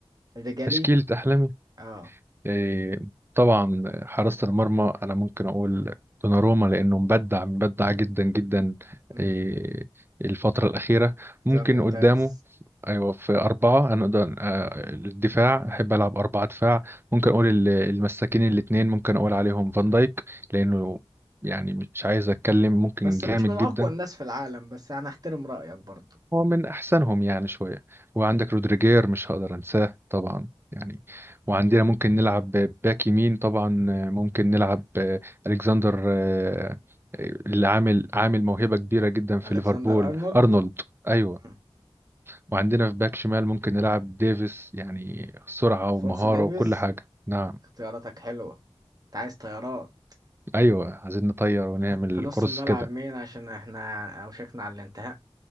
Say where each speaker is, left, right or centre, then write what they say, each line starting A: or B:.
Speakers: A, on the right; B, on the right.
A: الرجالي
B: تشكيله احلام
A: اه
B: إيه، طبعا حراسة المرمى أنا ممكن أقول دوناروما لأنه مبدع مبدع جدا جدا
A: امم
B: إيه، الفترة الأخيرة
A: اختيار
B: ممكن
A: ممتاز
B: قدامه أيوة في أربعة أنا أقدر آه، الدفاع أحب ألعب أربعة دفاع ممكن أقول ال- المساكين الاتنين ممكن أقول عليهم فان دايك لأنه يعني مش عايز أتكلم ممكن
A: بس
B: جامد
A: مش من
B: جدا
A: اقوى الناس في العالم بس انا احترم رايك برضو
B: هو من أحسنهم يعني شوية وعندك
A: مم.
B: رودريجير مش هقدر أنساه طبعا يعني وعندنا ممكن نلعب باك يمين طبعا ممكن نلعب آه، ألكسندر آه، اللي عامل عامل موهبة كبيرة جدا في
A: الكسندر
B: ليفربول
A: ارنولد
B: أرنولد أيوه
A: مم.
B: وعندنا في باك شمال ممكن نلعب ديفيس يعني سرعة
A: الفونسو
B: ومهارة
A: ديفيز
B: وكل حاجة نعم
A: اختياراتك حلوه انت عايز طيارات
B: أيوه عايزين نطير ونعمل
A: في نص
B: كورس
A: الملعب
B: كده
A: مين عشان احنا اوشكنا على الانتهاء